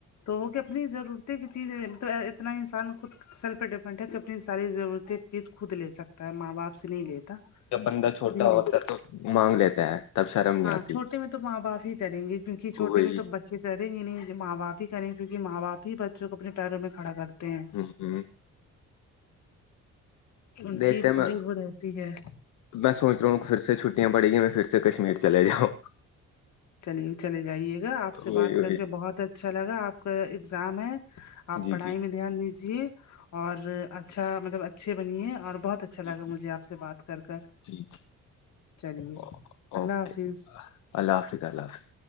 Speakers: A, on the left; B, on the left.
A: تو وہ کہ اپنی ضرورتیں کی چیزیں تو اتنا انسان خود سل پہ ڈیپنڈ ہے کہ اپنی ساری ضرورت چیز خود لے سکتا ہے ماں باپ سے نہیں لیتا
B: جب بندہ چھوٹا
A: خود ہی لے
B: ہوتا ہے تو مانگ لیتا ہے تب شرم نہیں
A: ہاں
B: آتی
A: چھوٹے میں تو ماں باپ ہی کریں گے کیونکہ
B: وہی
A: چھوٹے میں تو بچے کریں گے نہیں ماں باپ ہی کریںے کیونکے ماں باپ ہی بچوں کو اپنے پیروں میں کھڑا کرتے ہیں
B: ہوں ہوں
A: ان
B: دیکھتے
A: کی پوری
B: میں
A: وہ رہتی ہے
B: میں سوچ رہا ہوں کہ پھر سے چھٹیاں پڑی گی میں پھر سے کشمیر چلے جاؤ
A: چلیے چلے جائیے گا آپ سے
B: وہی
A: بات
B: وہی
A: کر کے بہت اچھا لگا آپ کا اگزام ہے آپ
B: جی
A: پڑھائی
B: جی
A: میں دھیان دیجیے اور اچھا مطلب اچھے بنیے اور بہت اچھا
B: جی
A: لگا مجھے آپ سے بات کر کر
B: جی
A: چلیے
B: اوکے
A: اللہ حافظ
B: اللہ حافظ اللہ حافظ